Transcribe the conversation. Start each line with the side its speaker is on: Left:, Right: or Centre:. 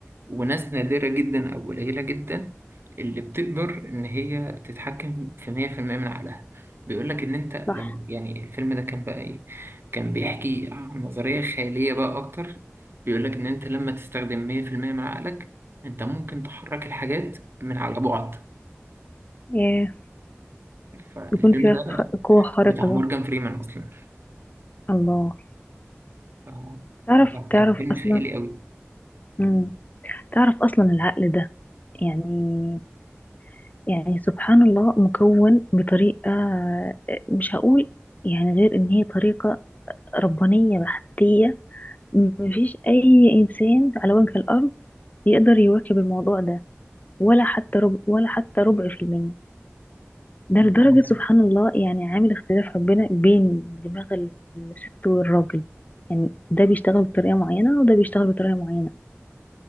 Right: وناس نادرة جدا أو قليلة جدا اللي بتقدر إن هي تتحكم في 100% من عقلها بيقول لك إن أنت لما
Left: صح
Right: يعني الفيلم ده كان بقى إيه كان بيحكي عن نظرية خيالية بقى أكتر بيقول لك إن أنت لما تستخدم 100% من عقلك أنت ممكن تحرك الحاجات من على بعد
Left: ياه
Right: فالفيلم
Left: يكون فيها
Right: ده
Left: خ- قوة خارقة
Right: بتاع
Left: بقى
Right: مورجان فريمان أصلا
Left: الله
Right: ف...
Left: تعرف
Right: فلا،
Left: تعرف
Right: كان فيلم
Left: أصلا
Right: خيالي أوي
Left: مم. تعرف أصلا العقل ده يعني يعني سبحان الله مكون بطريقة آه، مش هقول يعني غير إن هي طريقة ربانية بحتية مفيش أي إنسان على وجه الأرض يقدر يواكب الموضوع ده ولا حتى ربع ولا حتى ربع في المية ده لدرجة
Right: عملت
Left: سبحان الله يعني عامل اختلاف ربنا بين دماغ الست والراجل يعني ده بيشتغل بطريقة معينة وده بيشتغل بطريقة معينة